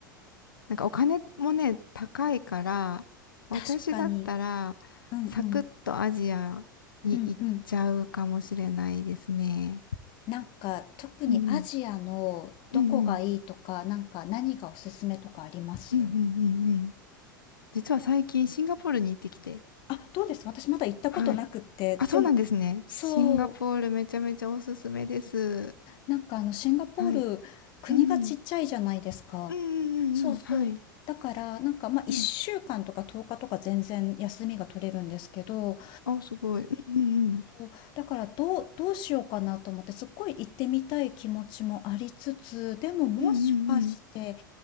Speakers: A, on the left; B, on the left.
A: なんかお金もね、高いから、私だったら、
B: 確かに。うんうん。
A: サクッとアジアに行っちゃうかもしれないですね。
B: うんうん。なんか、特にアジアのどこがいいとか、
A: うんうん。うんうん
B: なんか何がおすすめとかあります
A: うんうんうんうん。実は最近シンガポールに行ってきて。
B: あ、どうです私まだ行ったことなくって。
A: はい。あ、そうなんですね。
B: でも、
A: シンガポールめちゃめちゃおすすめです。
B: そう、なんかあの、シンガポール、
A: はい。
B: 国がちっちゃいじゃないですか。
A: うんうん。うんうんうんうん。
B: そうそう。
A: はい。
B: だから、なんか、まあ、1週間とか10日とか全然休みが取れるんですけど、
A: うん。あ、すごい。うんうんうん。
B: そう、だから、どう、どうしようかなと思って、すっごい行ってみたい気持ちもありつつ、でももしかして、
A: うんうんうん。